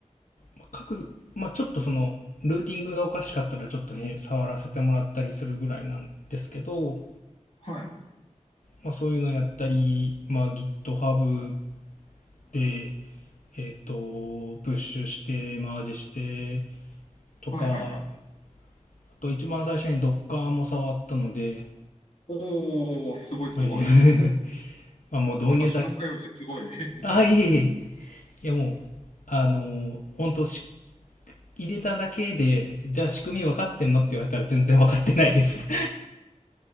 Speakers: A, on the left (about 85°); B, on the left (about 55°).
A: 書く各、まあ、ちょっとその、ルーティングがおかしかったらちょっと触らせてもらったりするぐらいなんですけど、
B: はい。
A: まあ、そういうのやったり、まあ、GitHub で、えっ、と、プッシュして、マージしてとか、
B: はいはいはい。
A: あと一番最初に Docker も触ったので、
B: おーすごいすごい。
A: はい。<laughs> まあもう導入だ
B: 私なんかよりすごい。<laughs>
A: あ、いえいえ。いや、もう、あのー、本当し、入れただけで、じゃあ仕組み分かってんのって言われたら全然分かってないです。